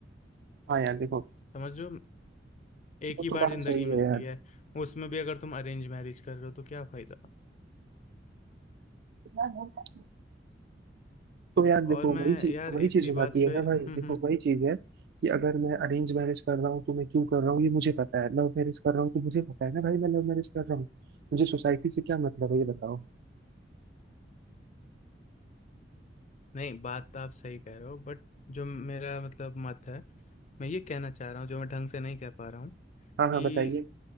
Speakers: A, on the right; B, on the left.
A: हाँ यार देखो
B: समझो एक
A: वो
B: ही
A: तो
B: बार
A: बात
B: जिंदगी
A: सही
B: मिलती
A: है
B: है उसमें भी अगर तुम अरेंज मैरिज कर रहे हो तो क्या फायदा
A: यार तो यार देखो
B: और मैं
A: वही चीज
B: यार
A: वही
B: इसी
A: चीज हो
B: बात
A: जाती है
B: पे
A: ना
B: <laughs>
A: भाई देखो वही चीज है कि अगर मैं अरेंज मैरिज कर रहा हूँ तो मैं क्यों कर रहा हूँ ये मुझे पता है लव मैरिज कर रहा हूँ तो मुझे पता है ना भाई मैं लव मैरिज कर रहा हूँ मुझे सोसाइटी से क्या मतलब है ये बताओ
B: नहीं बात तो आप सही कह रहे हो बट जो मेरा मतलब मत है मैं ये कहना चाह रहा हूँ जो मैं ढंग से नहीं कह पा रहा हूँ
A: हाँ
B: कि
A: हाँ बताइए